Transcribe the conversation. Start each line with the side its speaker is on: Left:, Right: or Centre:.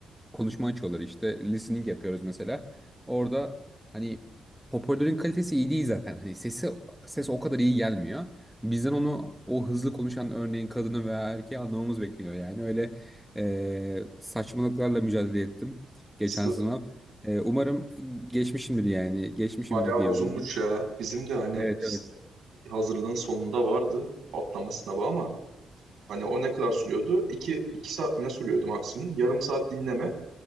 Centre: konuşma açıyorlar işte. Listening yapıyoruz mesela. Orada hani hoparlörün kalitesi iyi değil zaten. Hani sesi ses o kadar iyi gelmiyor. Bizden onu o hızlı konuşan örneğin kadını veya erkeği anlamamız bekleniyor. Yani öyle e, saçmalıklarla mücadele ettim geçen
Right: Sı-
Centre: sınav. E, umarım geçmişimdir yani. Geçmişimdir
Right: Bayağı
Centre: diye
Right: uzunmuş
Centre: umarım.
Right: ya. Bizim de hani
Centre: Evet
Right: s-
Centre: evet.
Right: hazırlığın sonunda vardı atlama sınavı ama hani o ne kadar sürüyordu? İki, iki saat mi ne sürüyordu maksimum? Yarım saat dinleme.